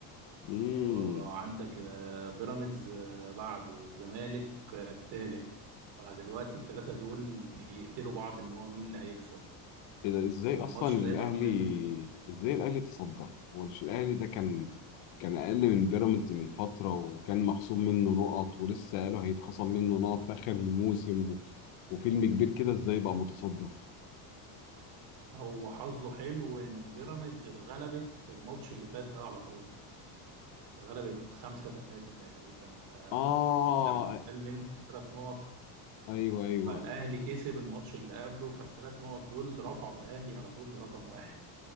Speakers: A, on the left (about 85°); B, on the right (about 65°).
A: امم
B: وعندك آه، بيراميدز آه، بعده والزمالك آه، التالت فدلوقتي التلاتة دول بيقتلوا بعض ان هو مين اللي هيكسب
A: ايه ده ازاي
B: فالماتش
A: اصلا
B: ده
A: الاهلي
B: هيبقى مهم جدا
A: ازاي الاهلي تصدر هو مش الاهلي ده كان كان اقل من بيراميدز من فتره وكان مخصوم منه نقط ولسه قالوا هيتخصم منه نقط في اخر الموسم وفيلم كبير كده ازاي بقى متصدر
B: هو حظه حلو ان بيراميدز اتغلبت في الماتش اللي فات ده على طول اتغلبت 5 3 تقريبا فلما
A: اه
B: اتشال منها ثلاث نقط
A: ايوه ايوه
B: فالاهلي كسب الماتش اللي قبله فالثلاث نقط دول رفعوا الاهلي على طول لرقم واحد